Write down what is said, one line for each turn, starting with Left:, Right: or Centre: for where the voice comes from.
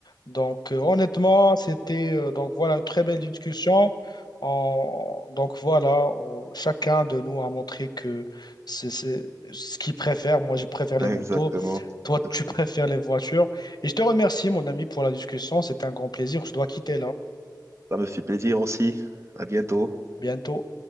Left: Donc, euh, honnêtement, c'était euh, donc voilà une très belle discussion. En- donc voilà, on- chacun de nous a montré que c'est c'est ce qu'il préfère. Moi, je préfère les
Right: Exactement.
Left: motos. Toi,
Right: Exactement.
Left: tu préfères les voitures. Et je te remercie, mon ami, pour la discussion. C'était un grand plaisir. Je dois quitter là.
Right: Ça me fait plaisir aussi. À bientôt.
Left: Bientôt.